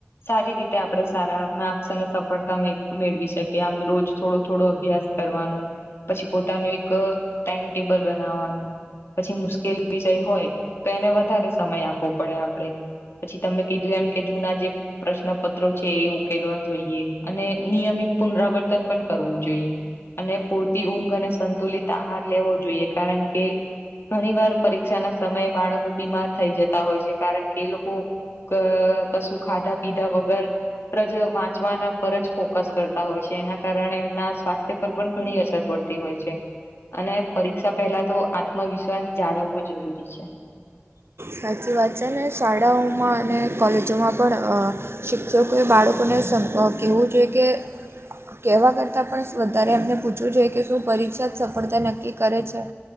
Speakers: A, on the left; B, on the right.
A: સારી રીતે આપણે સારા માર્સ અને સફળતા મેળવી શકીએ આમ રોજ. થોડો થોડો અભ્યાસ કરવાનું પછી પોતાનું એક ટાઈમટેબલ બન પછી મુશ્કેલી વિષય હોય તો એને વધારે સમય આપવો પડે આપડે. પછી તમને કીધું એમ કે જૂના જે પ્રશ્નપત્રો છે એ ઉકેલવા જોઈએ અને નિયમિત પુનરાવર્તન પણ કરવું જોઈએ. અને પૂરતી ઊંઘ અને સંતુલિત આહાર લેવો જોઈએ કારણ કે ઘણી વાર પરીક્ષા ના સમયે બાળકો બીમાર થઈ જતા હોય છે કારણ કે એ લોકો અ કશું ખાધા પીધા વગર વાંચવાના પર જ ફોકસ કરતા હોય છે એના કારણે એમના સ્વાસ્થ્ય ઘણી અસર પડતી હોય છે અને પરીક્ષા પહેલા તો આત્મવિશ્વાસ જાળવવો જરૂરી છે.
B: સાચી વાત છે ને શાળાઓમાં અને કોલેજોમાં પણ શિક્ષકોએ બાળકોને કહેવું જોઈએ કે કેવા કરતા પણ વધારે એમને પૂછવું જોઈ કે શું પરીક્ષા જ સફળતા નક્કી કરે છે.